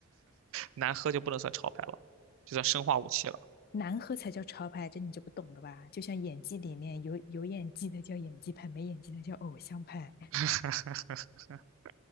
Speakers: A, on the right; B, on the left.
A: 难喝就不能算潮牌了，就算生化武器了。
B: 难喝才叫潮牌，这你就不懂了吧？就像演技里面有有演技的叫演技派，没演技的叫偶像派。
A: <laughs>